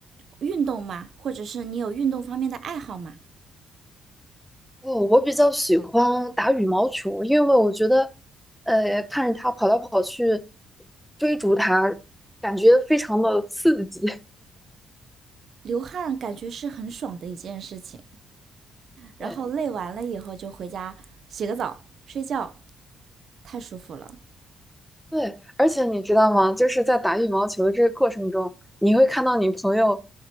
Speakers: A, on the right (about 60°); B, in the centre.
A: 运动吗？或者是你有运动方面的爱好吗？
B: 哦，我比较喜欢打羽毛球，因为我觉得，呃，看着他跑来跑去，追逐他，感觉非常的刺激。
A: 流汗感觉是很爽的一件事情，然后累完了以后就回家洗个澡、
B: 对，
A: 睡觉，太舒服了，
B: 对，而且你知道吗？就是在打羽毛球的这个过程中，你会看到你朋友，